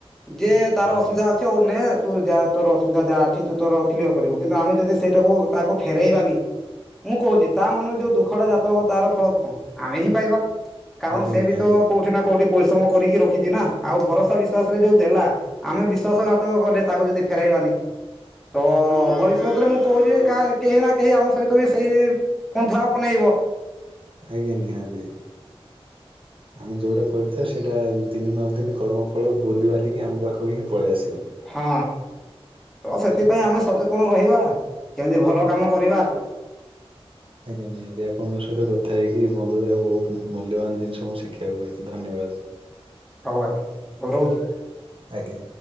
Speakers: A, in the centre; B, on the right.
A: ଯେ ତାର
B: ଆଜ୍ଞା।
A: ଅସୁବିଧା ଅଛି ଆଉ ନେ ତୁ ଯାହା ତୋରୋ ଅସୁବିଧା ଯାହା ଅଛି ତୁ ତୋରୋ କ୍ଲିୟର କରିବୁ କିନ୍ତୁ ଆମେ ଯଦି ସେଇଟାକୁ ତାହାକୁ ଫେରେଇବାନି। ମୁଁ କହୁଚି ତା ମନରେ ଯୋଉ ଦୁଃଖ ଟା ଜାତ ହବ ତାର ଫଳ କଁ ଆମେ ହିଁ ପାଇବା। କାରଣ
B: ଆଜ୍ଞା
A: ସେ
B: ନିହାତି
A: ବି ତ କୋଉଠି ନା କୋଉଠି ପରିଶ୍ରମ କରିକି ରଖିଚି ନା ଆଉ ଭରସା ବିଶ୍ଵାସରେ ଯୋଉ ଦେଲା ଆମେ ବି ବିଶ୍ୱାସଘାତକ କଲେ ତାକୁ ଯଦି ଫେରାଇବାନି। ତ ଭବିଷ୍ୟତରେ ମୁଁ କୋହୁଚି ଯେ କା କେହି ନା କେହି ଆମ ସହିତ ବି ସେଇ ପନ୍ଥା ଆପନେଇବ।
B: ଆଜ୍ଞା ନିହାତି। ଆମେ ଯୋଉଟା କରିଥିବା ସେଇଟା ଦିନେ ନହେଲେ ଦିନେ କର୍ମ ଫଳ ବୁଲିିବାଲିକି ଆମ ପାଖକୁ ହିଁ ପଳେଇ ଆସେ।
A: ହଁ। ତ ସେଥିପାଇଁ ଆମେ ସଚେତନ ରହିବା କେମିତି ଭଲ କାମ କରିବା।
B: ଆଜ୍ଞା ନିହାତି ଆପଣଙ୍କ ସହିତ କଥା ହେଇକି ବନ୍ଧୁତାର ବହୁତ ମୂଲ୍ୟବାନ ଜିନିଷ ମୁଁ ଶିଖିବାକୁ ପାଇଚି ଧନ୍ୟବା ବାସ୍।
A: <unintelligible> ହୋଉ ରହୁଚି।
B: ଆଜ୍ଞା।